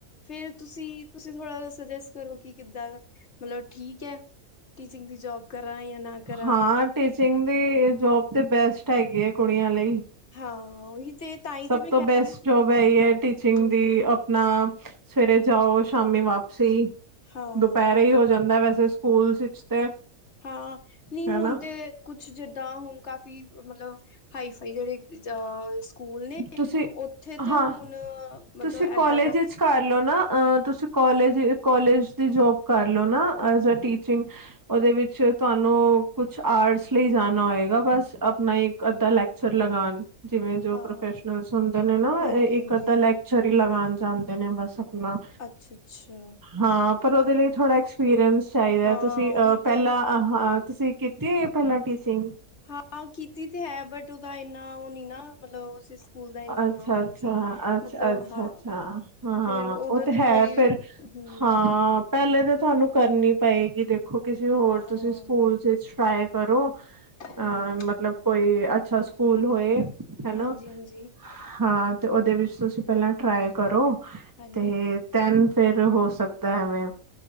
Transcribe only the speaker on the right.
ਹਾਂ ਟੀਚਿੰਗ ਦੀ ਜੋਬ ਤੇ ਬੈਸਟ ਹੈਗੀ ਆ ਕੁੜੀਆਂ ਲਈ।
ਸਭ
ਤੋਂ
ਬੈਸਟ
ਜੋਬ ਹੈ ਹੀ ਹੈ ਟੀਚਿੰਗ
ਦੀ ਆਪਣਾ ਸਵੇਰੇ ਜਾਓ ਸ਼ਾਮੀ ਵਾਪਸੀ
ਦੁਪਹਿਰੇ ਹੀ ਹੋ ਜਾਂਦਾ ਵੈਸੇ ਤੇ
ਹਨਾ
ਤੁਸੀਂ
ਹਾਂ
ਤੁਸੀਂ
ਕਾਲਜ
ਵਿੱਚ ਕਰ ਲਓ ਨਾ ਤੁਸੀਂ ਕੋਲਜ-ਕੋਲਜ ਦੀ ਜੋਬ ਕਰ ਲਓ ਨਾ ਐਜ਼ ਆ ਟੀਚਿੰਗ ਓਦੇ ਵਿੱਚ ਤੁਹਾਨੂੰ ਕੁਛ ਆਰਟਸ ਲਈ ਜਾਨਾ ਹੋਏਗਾ ਬਸ ਆਪਣਾ ਇੱਕ ਅੱਧਾ ਲੈ ਛਰ ਲਗਾਣ ਜਿਵੇਂ ਜੋ
ਪ੍ਰੋਫੈਸ਼ਨਲਸ ਹੁੰਦੇ ਨੇ ਨਾ
ਇੱਕ
ਅੱਧਾ ਲੈ ਚਰੀ ਲਗਾਉਣ ਜਾਂਦੇ ਨੇ ਬਸ ਆਪਣਾ
ਹਾਂ, ਪਰ ਉਹਦੇ
ਲਈ ਥੋੜਾ ਐਕਸਪੀਰੀਅੰਸ ਚਾਹੀਦਾ
ਤੁਸੀਂ
ਅਹ
ਪਹਿਲਾਂ ਆਹਾਂ ਤੁਸੀਂ ਕੀਤੀ ਹੋ ਪਹਿਲਾਂ ਟੀਚਿੰਗ
ਅੱਛਾ
ਅੱਛਾ
ਅੱਛਾ
ਅੱਛਾ
ਅੱਛਾ ਹਾਂ ਹਾਂ
ਉਹ
ਹੈ
ਫਿਰ
ਹਾਂ ਪਹਿਲੇ ਤਾਂ ਤੁਹਾਨੂੰ ਕਰਨੀ ਪਏਗੀ ਦੇਖੋ ਕਿਸੇ ਹੋਰ
ਤੁਸੀਂ ਸਕੂਲ ਚ ਟਰਾਏ ਕਰੋ ਅਹ
ਮਤਲਬ ਕੋਈ ਅੱਛਾ ਸਕੂਲ ਹੋਏ ਹਨਾ
ਹਾਂ, ਤੇ ਉਹਦੇ ਵਿੱਚ ਤੁਸੀਂ ਪਹਿਲਾਂ ਟਰਾਈ ਕਰੋ
ਤੇ ਦਨ ਫੇਰ ਹੋ ਸਕਦਾ ਐਵੇਂ